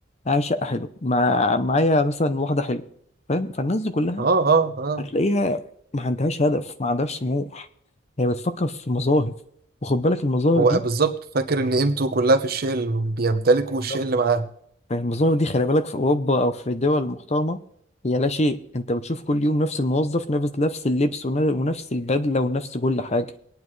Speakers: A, on the left; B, on the right.
A: معايا شقه حلو مع... معايا مثلا واحده حلوه فاهم فالناس دي كلها
B: اه اه اه
A: هتلاقيها ما عندهاش هدف ما عندهاش طموح هي بتفكر في مظاهر وخد بالك المظاهر
B: هو
A: دي
B: بالظبط فاكر ان قيمته كلها في الشيء اللي بيمتلكه والشيء
A: بالظبط
B: اللي معاه
A: المظاهر دي خلي بالك في اوروبا او في الدول المحترمه هي لا شيء انت بتشوف كل يوم نفس الموظف نفس نفس اللبس ون- ونفس البدله ونفس كل حاجه